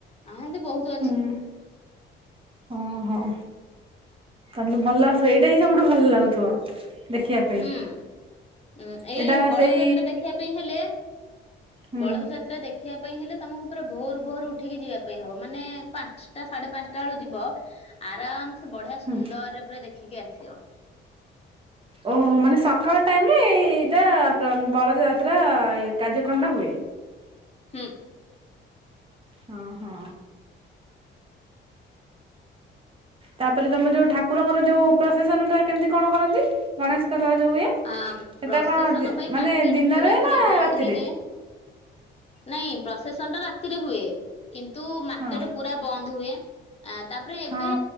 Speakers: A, on the left; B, on the right.
A: ହା ସେମିତି ବହୁତ ଅଧି
B: ହୁଁ ଓହୋ। ତାଙ୍କୁ ଭଲ ସେଇଟା ହିଁ ସବୁଠୁ ଭଲ ଲାଗୁଥିବ ଦେଖିବା ପାଇଁ।
A: ହୁଁ ଉଁ ଏଇ
B: ଏଇଟା
A: ଏଇ ବଳଦ
B: ସେଇ
A: ଯାତ୍ରା ଦେଖିବା ପାଇଁ ହେଲେ
B: ହୁଁ
A: ବଳଦ ଯାତ୍ରା ଦେଖ ଦେଖିବା ପାଇଁ ହେଲେ ତମକୁ ପୁରା ଭୋରୁ ଭୋରୁ ଉଠିକି ଯିବା ପାଇଁ ହବ ମାନେ ପାଞ୍ଚ ପାଞ୍ଚଟା ସାଢେ ପାଞ୍ଚଟା ବେଳକୁ ଯିବ ଆରାମ ସେ ବଢିଆ
B: ହୁଁ
A: ସୁନ୍ଦରରେ ପୁରା ଦେଖିକି ଆସିବ।
B: ଓହୋ ମାନେ ସକାଳ ଟାଇମରେ ଏଇଟା ବଳଦ ଯାତ୍ରା କାର୍ଯ୍ୟକ୍ରମଟା ହୁଏ।
A: ହୁଁ
B: ହଁ ହଁ ତାପରେ ତମର ଯୋଉ ଠାକୁରଙ୍କର ଯୋଉ ପ୍ରଶାସନଟା କେମିତି କଣ କରନ୍ତି ଗଣେଶଙ୍କର ଯୋଉ ଇଏ।
A: ଆ
B: ସେଟା
A: ପ୍ରସେସନ
B: କଣ ଦି
A: ପାଇଁ
B: ମାନେ
A: ମାର୍କେଟ
B: ଦିନରେ
A: ପୁରା ପୁରି
B: ନା
A: ବନ୍ଦ
B: ରାତିରେ।
A: ହେଇଯାଏ। ନାଇଁ ପ୍ରସେସନଟା ରାତିରେ ହୁଏ କିନ୍ତୁ ମାର୍କେଟ
B: ହଁ
A: ପୁରା ବନ୍ଦ ହୁଏ। ଆ ତାପରେ ଏବେ
B: ହଁ